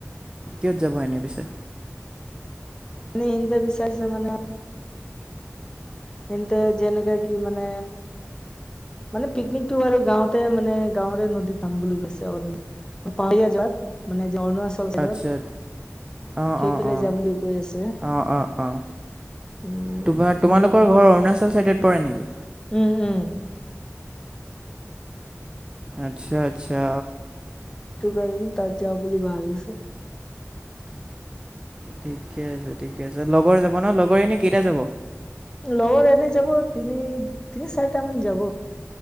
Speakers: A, on the right (about 20°); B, on the left (about 15°).
A: কিহত যাব এনে পিছে?
B: মানে <unintelligible> বিচাৰিছে মানে। সিহঁতে যেনেকা কি মানে। মানে পিকনিকটো বাৰু গাঁৱতে মানে গাঁৱৰে নদীত খাম বুলি কৈছে অ। পাহাৰীয়া যোৱাত মানে অৰুণাচল চাইদত।
A: আচ্ছা অঁ
B: সেইফালেই
A: অঁ অঁ
B: যাম বুলি কৈ আছে
A: অঁ অঁ অঁ
B: উম
A: তোমাৰ তোমালোকৰ
B: উম।
A: অৰুণাচল চাইডত পৰে নেকি?
B: উম উম।
A: আচ্ছা আচ্ছা,।
B: সিটো কাৰণে তাত যাওঁ বুলি ভাবিছোঁ।
A: ঠিকে আছে ঠিকে আছে লগৰে যাব নহ লগৰ এনে কেইটা যাব?
B: লগৰ এনে যাব তিনি তিনি চাৰিটা মান যাব।